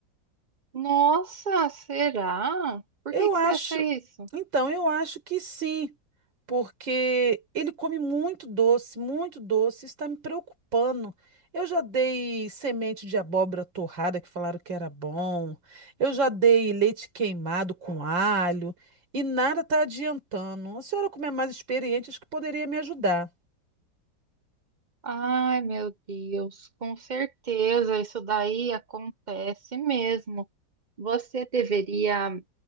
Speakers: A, on the right (about 45°); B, on the right (about 85°).
A: nossa, será? Por
B: Eu
A: que que
B: acho,
A: você acha isso?
B: então, eu acho que sim, porque ele come muito doce, muito doce, isso está me preocupando. Eu já dei semente de abóbora torrada, que falaram que era bom, eu já dei leite queimado com alho, e nada está adiantando. A senhora, como é mais experiente, acho que poderia me ajudar.
A: Ai, meu Deus, com certeza isso daí acontece mesmo. Você deveria